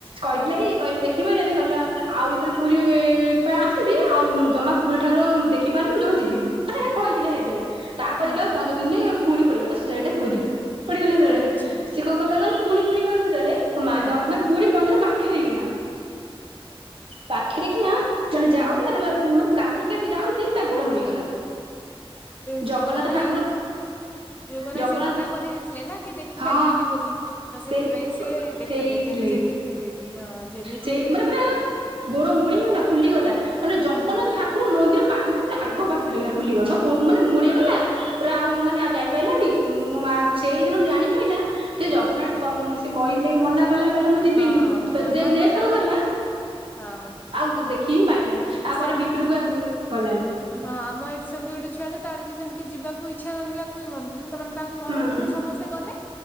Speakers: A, on the right (about 60°); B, on the left (about 15°).
A: କହିଥିଲା
B: ହଁ
A: କି କହିଲେ ଦେ ଦେଖିପାରିଲାନି କହିଲା ଆଉ ଏଵେ ପୁରୀ ପାଇଁ ଆସିବି ଆଉ ଜମା ପୁରୀ ଠାକୁର ଦେଖିପାରନି ମୁଁ ଜମା ଯିବିନି। ମାନେ ସେ କହିଥିଲେ ସେଇତେବେଳେ ତାପରେ
B: ହୁଁ
A: ଦେଖିବ
B: ହୁଁ
A: ପନ୍ଦର ଦିନରେ ପୁଣି ପଡିଗଲା ସେ ଟି ପୁରୀ ପଡିଗଲା ସେତେବେଳେ
B: ଓ ଆଚ୍ଛା
A: ସେ କଣ କଲା କହିଲୁ ପୁଣି ପୁରୀ ଗଲୁ ଯେତେଳେ ମା
B: ହଁ
A: ଯାଉ ମାନେ ପୁରୀ ମନ୍ଦିର ପାଖେରେ କିନା ପାଖରେ କି ନା ମାନେ ଯାଉଥିଲା ଦେଖ ମାନେ ଗାଧେଇକି ଆସି ଯାଉଛି ତା ଗୋଡ ମୋଡିଗଲା
B: ତେ
A: ଜଗନ୍ନାଥ
B: ଯୋଗ ନାହିଁ
A: ଠାକୁର
B: ଯୋଗ ନାହିଁ
A: ଜଗନ୍ନାଥ
B: ସେ ମନା କରି ଥିଲେ ନା କି ଦେଖି
A: ହଁ
B: ପାରିବେନି ବୋଲି ତ ସେଥିପାଇଁ
A: ସେଇ
B: ସେ ଦେଖାଦେବେନି
A: ସେଇଥିଲାଗି
B: ଯେମିତି ହେଲେ ବି ହଁ ଯେମିତି
A: ସେଇ
B: ହେଲେ
A: ମାନେ
B: ବି ସେ
A: ପୁରା
B: ଦେଖା ଦେବେନି
A: ଗୋଡ ମୋଡି ହେଇଗଲା ଫୁଲିଗଲା ମାନେ ଜଗନ୍ନାଥ
B: ହଁ
A: ଠାକୁର ମନ୍ଦିର ମାନେ ପୁରା ଆଗ ପାଖରେ କିନା ଫୁଲିଗଲା ମାନେ ମୋଡିଗଲା ପୁରା ଆଉ ମାନେ ଆଉ ଯାଇ ପାରଲାନି ମୋ ମା ସେଇଦିନୁ ଜାଣି ପାଇଲା ସେ
B: ହଁ
A: ଜଗନ୍ନାଥ ସେ କହିଥିଲେ କି ମନା କଲା କହିଲେ ମୁଁ ଯିବିନି
B: ହଁ ମନା
A: ଯେ ନେକ୍ସଟ୍
B: କଲା
A: ଥର
B: ମାନେ
A: ଗଲା
B: ସେ ହଁ
A: ଆଉ ଦେଖି ହିଁ ପାଇଲାନି ତାପରେ
B: ସେମିତି
A: ଭିତରକୁ ଆଉ ଗ ଗଲାନି
B: ହଁ ଆମ ଏଠି ସେମିତି ଗୋଟେ ଛୁଆ ଟେ ତାର ବି ସେମିତି ଯିବାକୁ ଇଚ୍ଛା ନଥିଲା ପୁରୀ ମନ୍ଦିର ସେମାନେ ତାଙ୍କ ଘରର
A: ହୁଁ
B: ଲୋକ ସମସ୍ତେ ଗଲେ